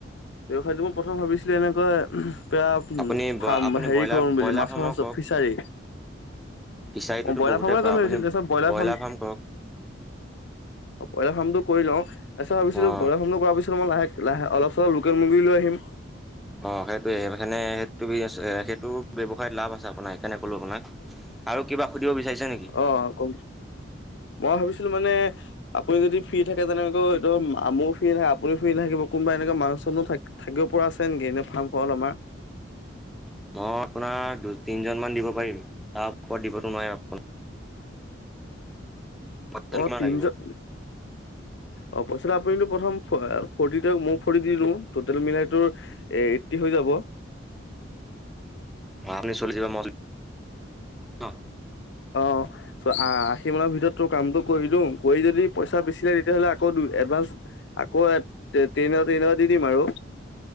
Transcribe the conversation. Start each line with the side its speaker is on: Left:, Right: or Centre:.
Left: ব্যৱসায়টো মই প্ৰথম ভাবিছিলোঁ এনেকুৱা। <unintelligible>
Centre: আপুনি
Left: ফাৰ্ম
Centre: আপুনি
Left: হেৰি
Centre: ব্ৰইলাৰ
Left: কৰোম বুলি
Centre: ব্ৰইলাৰ
Left: মাছৰ
Centre: ফাৰ্মৰ
Left: মাছত
Centre: কৰক,
Left: ফিচাৰী।
Centre: ফিচাৰীটোতো
Left: অ ব্ৰইলাৰ
Centre: বহুতে
Left: ফৰ্মই
Centre: কৰে,
Left: কমি
Centre: আপুনি
Left: গছিল চব্ ব্ৰইলাৰ ফাৰ্ম
Centre: ফাৰ্ম কৰক।
Left: ব্ৰইলাৰ ফাৰ্মটো কৰি লওঁ। তাৰ পিছত ভাবিছিলোঁ
Centre: অ',
Left: ব্ৰইলা ফামটো কৰাৰ পিছত ই লাহে লাহে অলপ চলপ লোকেল মুৰ্গী লৈ আহিম।
Centre: অ' সেইটোয়ে মানে সেইটো সেইটো ব্যৱসায়ত লাভ আছে আপোনাৰ তেনে ক'লো আপোনাক আৰু কিবা সুধিব বিচাৰিছে নেকি?
Left: অ' কম মই ভাবিছোঁ? কিন্তু মানে আপুনি যদি ফ্ৰী থাকে। তেনেকৈ ধৰক মইও ফ্ৰী আপুনি ফ্ৰী নাকিব কোনোবা এনেকুৱা মানুহ চুনুমন থাক থাকিব পৰা আছে নেকি এনেই ফাৰ্মখন আমাৰ
Centre: মই আপোনাক দু তিনিজনমান দিব পাৰিম। তাৰ ওপৰত দিবতো নোৱাৰিম আপোনাক
Left: অ'
Centre: কিমান
Left: তিনিজন
Centre: লাগিব?
Left: অ' পইছাটো আপুনি কিন্তু প্ৰথম আ ফ্ৰৰ্টি দিয়ক মইও ফ্ৰৰ্টি দি দিওঁ টোটেল মিলাই টোৰ এইটটি হৈ যাব। যাব
Centre: অ' আপুনি চল্লিছ হাজাৰ মইও চল্লিছ ন'
Left: অহ' তো আ আশী মানৰ ভিতৰত তোৰ কামটো কৰি দিওঁ কৰি যদি পইচা বেছি তেতিয়া হ'লে আকৌ দুই এডভান্স আকৌ ট্ৰেইন এটা ট্ৰেইন এটা দি দিম আৰু